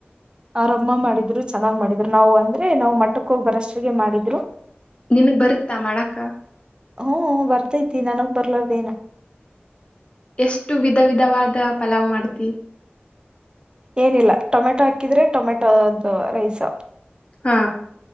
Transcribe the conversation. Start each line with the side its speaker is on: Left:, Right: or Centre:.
Right: ಆರಮ್ಮ ಮಾಡಿದ್ರು ಚೆನ್ನಾಗ್ ಮಾಡಿದ್ರು ನಾವು ಅಂದ್ರೆ ನಾ್ ಮಟ್ಟಕ್ಕ ಹೋಗ್ ಬರಷ್ಟಿಗೆ ಮಾಡಿದ್ರು
Left: ನಿಮಗ್ ಬರುತ್ತಾ ಮಾಡಾಕ
Right: ಹ್ಮ್ ಬರ್ತೈತಿ ನನಗ್ ಬರ್ಲಾರ್ದೇನು
Left: ಎಷ್ಟು ವಿಧ ವಿಧವಾದ ಪಲಾವ್ ಮಾಡ್ತಿ
Right: ಏನಿಲ್ಲ ಟೊಮೆಟೊ ಹಾಕಿದ್ರೆ ಟೊಮೆಟೊ ರೈಸ್
Left: ಹಾ